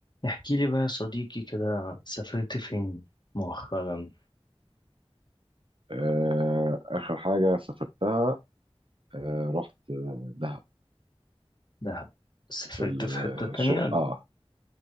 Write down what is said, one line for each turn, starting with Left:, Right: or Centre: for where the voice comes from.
Left: احكي لي بقى يا صديقي كده سافرت فين مؤخرا
Right: آه، آخر حاجة سافرتها آه، رحت آه، دهب
Left: دهب سافرت
Right: في الش...
Left: في حتة تانية
Right: آه